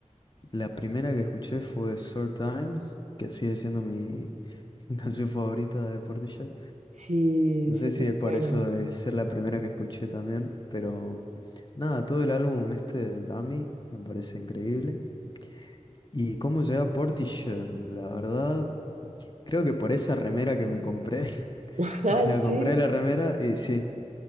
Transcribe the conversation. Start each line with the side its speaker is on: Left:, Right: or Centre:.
Left: la primera que escuché fue Sour Times, que sigue siendo mi, <laughs> mi canción favorita de Portishead.
Right: Sí,
Left: No
Right: esa
Left: sé
Right: es
Left: si
Right: muy
Left: es
Right: buena.
Left: por eso de ser la primera que escuché también, pero nada, todo el álbum este Dummy me parece increíble. ¿Y cómo llegué a Portishead? La verdad, creo que por esa remera que me compré, <laughs>
Right: <laughs> Ah,
Left: me la
Right: sí.
Left: compré la remera y sí,